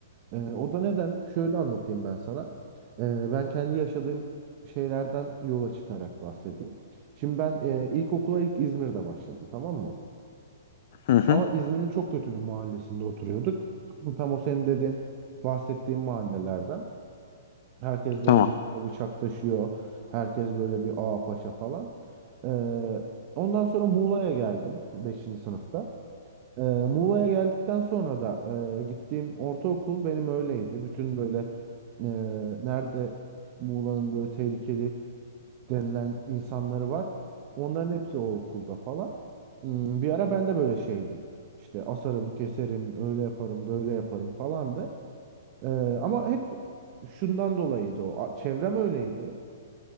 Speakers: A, on the right; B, on the left.
A: Ee, o da neden? Şöyle anlatayım ben sana. Ee, ben kendi yaşadığım şeylerden yola çıkarak bahsedeyim. Şimdi ben e, ilkokula ilk İzmir'de başladım tamam mı?
B: Hı hı.
A: Ama İzmir'in çok kötü bir mahallesinde oturuyorduk. Tam o senin dediğin, bahsettiğin mahallelerden. Herkes böyle
B: Tamam.
A: cebinde bıçak taşıyor. Herkes böyle bir ağa paşa falan. Ee, ondan sonra Muğla'ya geldim beşinci sınıfta. Ee, Muğla'ya geldikten sonra da e, gittiğim ortaokul benim öyleydi. Bütün böyle e, nerede Muğla'nın böyle tehlikeli denilen insanları var. Onların hepsi o okulda falan. Hmm, Bir ara ben de böyle şeydim. İşte asarım, keserim, öyle yaparım, böyle yaparım falandı. Ee, ama hep şundan dolayıydı o. A- Çevrem öyleydi.